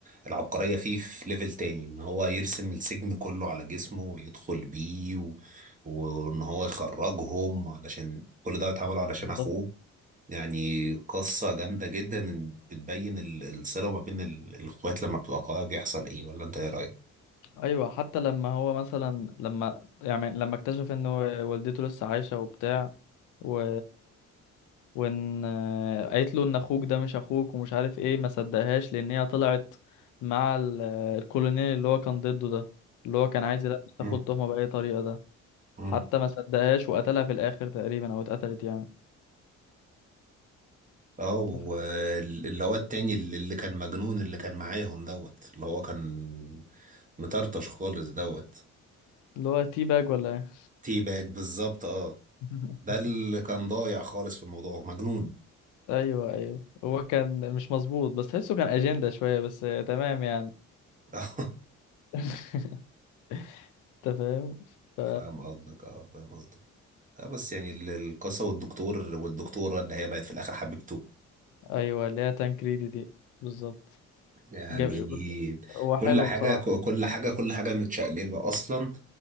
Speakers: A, on the right; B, on the left.
A: العبقرية فيه في ليفل تاني ان هو يرسم السجن كله على جسمه ويدخل بيه و... وان هو يخرجهم علشان كل ده اتعمله علشان
B: بالظبط
A: اخوه يعني قصة جامدة جدا بتبين ال- الصلة ما بين ال- الاخوات لما بتبقى قوية بيحصل ايه ولا انت ايه رأيك؟
B: ايوه حتى لما هو مثلا لما يعني لما اكتشف ان و- والدته لسه عايشه وبتاع و وان آه، قالت له ان اخوك ده مش اخوك ومش عارف ايه ما صدقهاش لان هي طلعت مع ال- الكولونيل اللي هو كان ضده ده اللي هو كان عايز يلبس
A: مم.
B: تاخد تهمه باي طريقه ده
A: مم.
B: حتى ما صدقهاش وقتلها في الاخر تقريبا او اتقتلت يعني
A: اه واللي
B: أنت فا-
A: هو التاني اللي اللي كان مجنون اللي كان معاهم دوت اللي هو كان مطرطش خالص دوت
B: اللي هو تي باج ولا ايه
A: تي باك بالظبط اه
B: <laughs>
A: ده اللي كان ضايع خالص في الموضوع مجنون
B: ايوه ايوه هو كان مش مظبوط بس تحسه كان اجنده شويه بس تمام يعني
A: <laughs>
B: <laughs> انت فاهم ف
A: فاهم قصدك اه فاهم قصدك اه بس يعني ال- القصة والدكتور والدكتورة اللي هي بقت في الآخر حبيبته
B: ايوه اللي هي تانكريدي دي بالظبط
A: يعني
B: جم...
A: هو
B: هو
A: كل
B: حلو
A: حاجة
B: بصراحه
A: كل حاجة كل حاجة متشقلبة أصلا